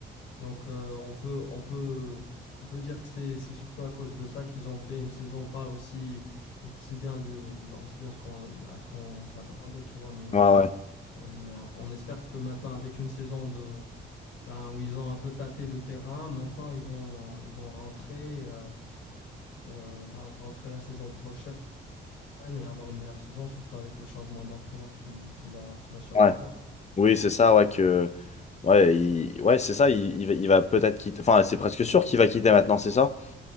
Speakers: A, on the left; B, on the left.
A: Donc, euh, on peut, on peut, on peut dire que c'est, c'est surtout à cause de ça qu'ils ont fait une saison pas aussi, aussi bien de, bah, aussi bien ce qu'on, à ce qu'on s'attendait, tu vois, mais.
B: Ouais,
A: euh,
B: ouais,
A: euh, on espère que maintenant, avec une saison de, ben, où ils ont un peu tâté le terrain, maintenant ils vont, ils vont rentrer, euh, euh, ben, rentrer la saison prochaine et avoir une meilleure saison, surtout avec le changement d'entraîneur qui, qui va, qui va sûrement
B: ouais.
A: avoir.
B: Oui, c'est ça, ouais, que. Ouais, il- ouais, c'est ça, il, il va, il va peut-être quitter. Enfin, c'est presque sûr qu'il va quitter maintenant, c'est ça?